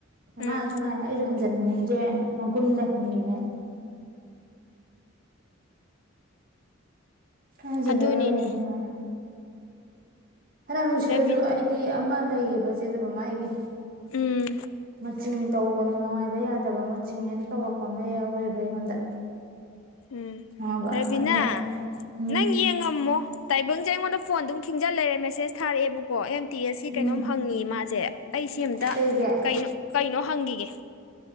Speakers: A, on the right; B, on the left.
A: ꯃꯥꯅꯁꯨ
B: ꯎꯝ
A: ꯑꯗꯨꯃꯥꯏ ꯑꯩꯁꯨ ꯍꯟꯖꯤꯟꯍꯅꯤꯡꯗꯦ ꯃꯒꯨꯟ ꯂꯩꯍꯟꯅꯤꯡꯌ ꯍꯥꯟꯖꯤꯟꯅꯔꯣꯏ
B: ꯑꯗꯨꯅꯤꯅꯦ
A: ꯑꯗꯨꯝ ꯍꯥꯏ ꯐꯅꯌꯥꯝ ꯅꯨꯡꯁꯤꯔꯁꯨ
B: ꯔꯕꯤ
A: ꯑꯩꯗꯤ ꯑꯃ ꯂꯩꯌꯦꯕ ꯆꯦꯗꯕ ꯃꯥ ꯑꯩꯒꯤ
B: ꯎꯝ
A: ꯃꯆꯤꯟ ꯇꯧꯒꯅꯣ ꯍꯥꯢꯕ ꯌꯥꯗꯕ ꯃꯆꯤꯡ ꯍꯦꯛꯇ ꯇꯧꯔꯛꯄ ꯑꯃ ꯌꯥꯎꯋꯦꯕ ꯑꯩꯉꯣꯟꯗ
B: ꯎꯝ
A: ꯈꯪꯉꯕ
B: ꯔꯕꯤꯅꯥ
A: ꯑꯗꯨꯅ ꯎꯝ
B: ꯅꯪ ꯌꯦꯟ ꯉꯝꯃꯣ ꯇꯥꯏꯕꯪꯁꯦ ꯑꯩꯉꯣꯟꯗ ꯐꯣꯟ ꯑꯗꯨꯝ ꯈꯤꯡꯖꯤꯜꯂ ꯂꯩꯔꯦ ꯃꯦꯁꯦꯁ ꯊꯥꯔꯛꯑꯦꯕꯀꯣ ꯇꯤꯁ
A: ꯎꯝ
B: ꯀꯩꯅꯣꯝ ꯍꯪꯉꯦ ꯃꯥꯁꯦ ꯑꯩ ꯁꯤ ꯑꯝꯇ
A: ꯀꯩꯒꯤ
B: ꯀꯩꯅꯣ ꯀꯩꯅꯣ ꯍꯪꯈꯤꯒꯦ